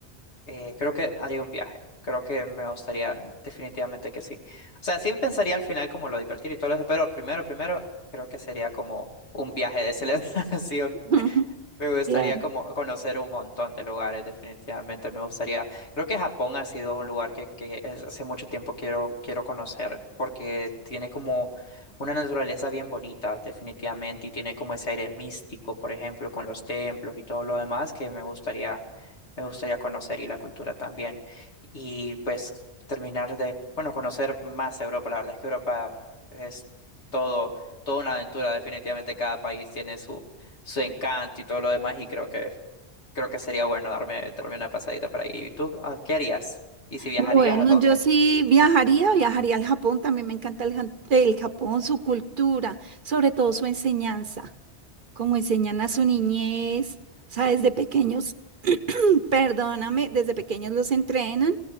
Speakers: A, on the left; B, on the right.
A: eh, creo que haría un viaje. Creo que me gustaría, definitivamente que sí. O sea, sí pensaría al final como lo divertir y todo eso, pero primero, primero, creo que sería como un viaje de celebración.
B: <laughs>
A: <laughs> Me gustaría
B: Claro.
A: como conocer un montón de lugares, definitivamente me gustaría. Creo que Japón ha sido un lugar que, que es- hace mucho tiempo quiero, quiero conocer, porque tiene como una naturaleza bien bonita, definitivamente, y tiene como ese aire místico, por ejemplo, con los templos y todo lo demás que me gustaría, me gustaría conocer y la cultura también. Y pues terminar de, bueno, conocer más Europa. La verdad es que Europa es todo, toda una aventura, definitivamente cada país tiene su encanto y todo lo demás y creo que creo que sería bueno darme, darme una pasadita por ahí. ¿Y tú ah, qué harías? ¿Y si viajarías
B: Bueno,
A: a dónde?
B: yo sí viajaría, viajaría al Japón, también me encanta el, Jan- el Japón, su cultura, sobre todo su enseñanza. como enseñan a su niñez, o sea, desde pequeños, <clears throat> perdóname, desde pequeños los entrenan